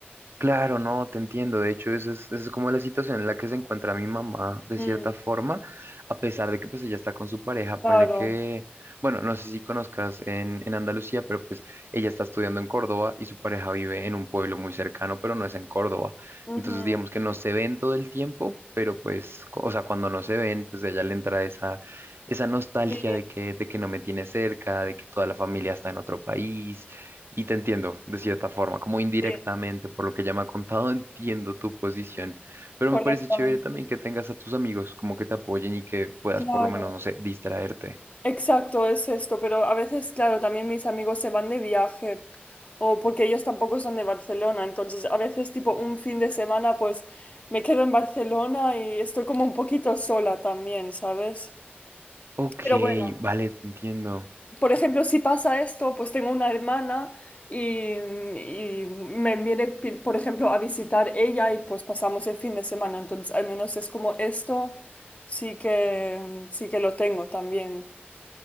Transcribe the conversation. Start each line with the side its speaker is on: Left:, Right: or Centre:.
Right: Claro, no, te entiendo. De hecho, esa es, esa es como la situación en la que se encuentra mi mamá, de
Left: Mm,
Right: cierta forma, a pesar de que pues ella está con su pareja,
Left: claro.
Right: ponle que, bueno, no sé si conozcas en, en Andalucía, pero pues ella está estudiando en Córdoba y su pareja vive en un pueblo muy cercano, pero no es en Córdoba.
Left: Ujú.
Right: Entonces, digamos que no se ven todo el tiempo, pero pues, co- o sea, cuando no se ven, pues a ella le entra esa, esa nostalgia
Left: Sí,
Right: de que, de que no me tiene cerca, de que toda la familia está en otro país y te entiendo, de cierta forma, como indirectamente,
Left: sí,
Right: por lo que ya me ha contado, <laughs> entiendo tu posición, pero
Left: correctamente.
Right: me parece chévere también que tengas a tus amigos como que te apoyen y que puedas
Left: Claro.
Right: por lo menos, no sé, distraerte.
Left: Exacto, es esto, pero a veces, claro, también mis amigos se van de viaje o porque ellos tampoco son de Barcelona, entonces a veces tipo un fin de semana pues me quedo en Barcelona y estoy como un poquito sola también, ¿sabes?
Right: Ok,
Left: Pero bueno,
Right: vale, te entiendo.
Left: por ejemplo, si pasa esto, pues tengo una hermana y, y me viene, pi- por ejemplo, a visitar ella y pues pasamos el fin de semana, entonces al menos es como esto, sí que, sí que lo tengo también.